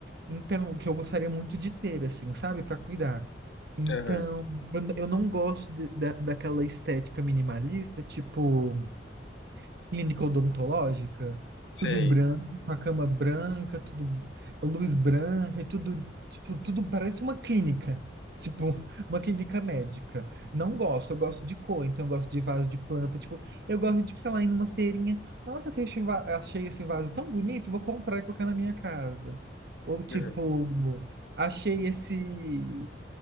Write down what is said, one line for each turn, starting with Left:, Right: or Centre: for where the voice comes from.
Right: Então, que eu gostaria muito de ter, assim, sabe? Para cuidar. Então,
Left: Aham,
Right: eu, n- eu não gosto de- da, daquela estética minimalista, tipo clínica odontológica,
Left: sei.
Right: tudo branco, a cama branca, tudo a luz branca e tudo, tu- tudo parece uma clínica. <laughs> Tipo, uma clínica médica. Não gosto, eu gosto de cor, então eu gosto de vaso de planta. Tipo, eu gosto de, tipo, sei lá, ir numa feirinha. Nossa, achei esse va- achei esse vaso tão bonito, vou comprar e colocar na minha casa. Ou tipo,
Left: Aham,
Right: achei esse